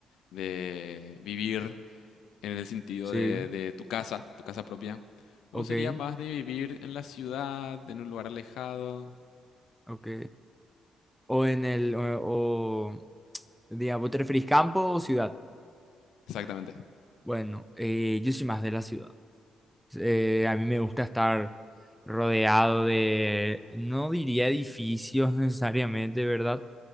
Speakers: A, on the left; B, in the centre.
A: de vivir en el sentido
B: Sí,
A: de, de tu casa, tu casa propia. ¿O
B: ok,
A: sería más de vivir en la ciudad, en un lugar alejado?
B: ok. O en el, o, o, digamos, ¿te referís campo o ciudad?
A: Exactamente.
B: Bueno, eh, yo soy más de la ciudad. Eh, a mí me gusta estar rodeado de, no diría edificios necesariamente, ¿verdad?